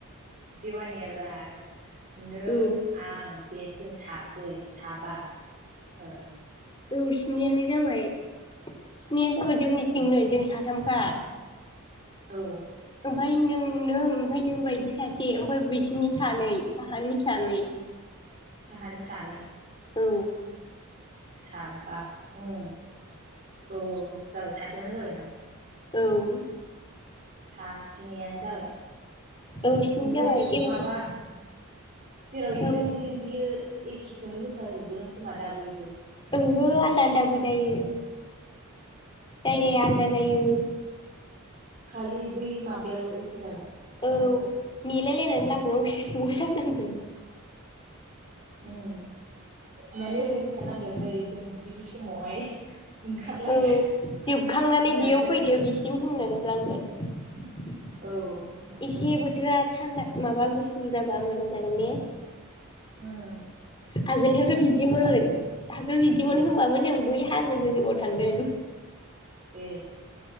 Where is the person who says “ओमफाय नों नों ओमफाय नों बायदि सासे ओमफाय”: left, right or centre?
Left